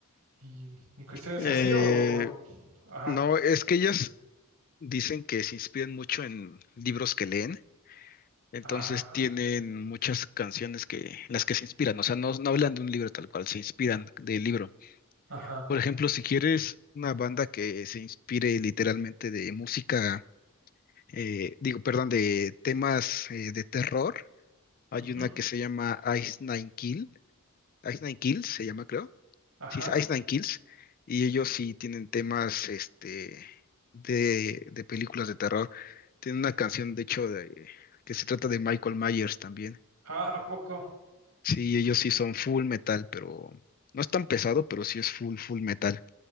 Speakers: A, on the right; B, on the left.
A: Y, y cuestiones
B: Eh,
A: así o, o- ajá,
B: no, es que ellas dicen que se inspiran mucho en libros que leen, entonces
A: ajá,
B: tienen muchas canciones que las que se inspiran, o sea, no, no hablan de un libro tal cual, se inspiran del libro.
A: ajá,
B: Por ejemplo, si quieres una banda que se inspire literalmente de música eh, digo, perdón, de temas eh, de terror. Hay
A: ujú,
B: una que se llama Ice Nine Kill, Ice Nine Kills se llama, creo.
A: ajá,
B: Sí, es Ice Nine Kills. Y ellos sí tienen temas este, de, de películas de terror. Tienen una canción, de hecho, de- que se trata de Michael Myers también.
A: ah, ¿a poco?
B: Sí, ellos sí son full metal, pero no es tan pesado, pero sí es full, full metal.